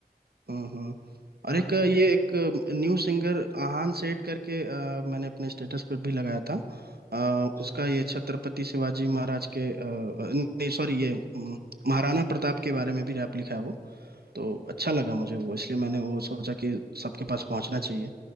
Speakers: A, on the right; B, on the left.
A: हम्म, हम्म।
B: <laughs>
A: और
B: है।
A: एक ये एक न्यू सिंगर आहान सेठ करके अ, मैंने अपने स्टेटस पर भी लगाया था अ,
B: अच्छा
A: उसका ये छत्रपति शिवाजी महाराज के अ, नहीं सॉरी ये अम, महाराणा प्रताप के बारे में भी रैप लिखा है वो तो अच्छा लगा मुझे वो इसलिए मैंने वो सोचा कि सबके पास पहुंचना चाहिए